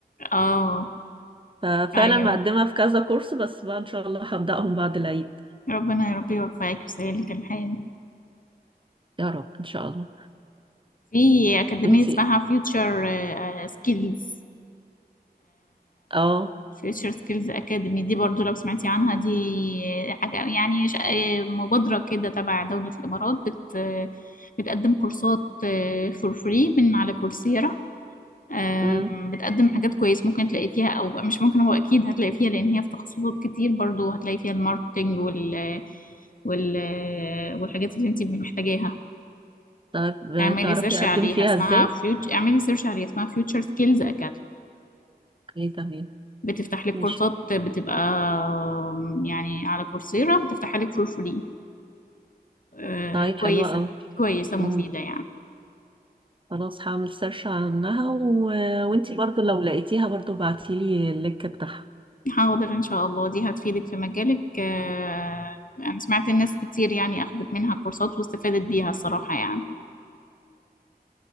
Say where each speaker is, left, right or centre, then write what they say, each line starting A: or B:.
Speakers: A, on the left (about 55°); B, on the right (about 30°).
A: اه
B: ففعلا
A: ايوه
B: مقدمة في كذا كورس بس بقى ان شاء الله هبدأهم بعد العيد
A: ربنا يا رب يوفقك ويسهلك الحال
B: يا رب ان شاء الله
A: في أكاديمية
B: وانتي
A: اسمها
B: ايه؟
A: فيوتشر سكيلز
B: اه
A: فيوتشر سكيلز أكاديمي دي برضو لو سمعتي عنها دي حاجة يعني ش- آه، مبادرة كده تبع دولة الإمارات بت بتقدم كورسات فور فري من على كورسيرا آم،
B: امم
A: بتقدم حاجات كويس ممكن تلاقي فيها او بقى- مش ممكن هو اكيد هتلاقي فيها لان هي في تخصصات كتير برضو هتلاقي فيها الماركتينج وال وال والحاجات اللي انت محتاجاها
B: طيب آه،
A: اعملي
B: تعرفي
A: سيرش
B: اقدم
A: عليها
B: فيها
A: اسمها
B: ازاي
A: فيوتش اعملي سيرش عليها اسمها فيوتشر سكيلز اكاديمي
B: اوكي تمام
A: بتفتح لك
B: ماشي
A: كورسات بتبقى آم، يعني على كورسيرا بتفتح لك فور فري آه،
B: طيب
A: كويسة
B: حلوة قوي
A: كويسة مفيدة
B: امم
A: يعني
B: خلاص هعمل سيرش عنها و... وانتي برضو لو لقيتيها برضو ابعتيلي اللينك بتاعها
A: حاضر إن شاء الله دي هتفيدك في مجالك آه، أنا سمعت الناس كتير يعني أخدت منها كورسات واستفادت بيها الصراحة يعني